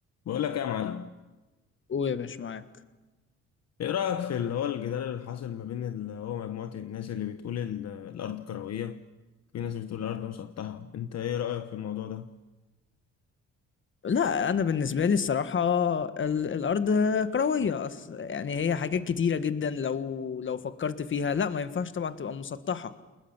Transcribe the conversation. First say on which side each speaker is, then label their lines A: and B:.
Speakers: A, on the left; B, on the left.
A: بقول لك إيه يا معلم
B: قول يا باشا معاك
A: ايه رأيك في اللي هو الجدال اللي حاصل ما بين اللي هو مجموعة الناس اللي بتقول ال- الأرض كروية في ناس بتقول الأرض مسطحة انت ايه رأيك في الموضوع ده
B: لا انا بالنسبه لي الصراحه ال- الارض كرويه اصل يعني هي حاجات كتيره جدا لو لو فكرت فيها لا ما ينفعش طبعا تبقى مسطحه